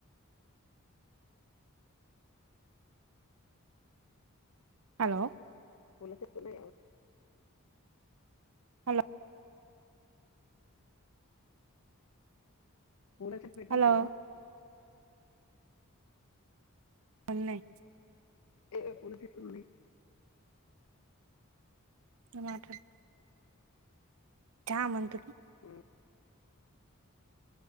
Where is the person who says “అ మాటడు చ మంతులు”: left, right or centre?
Right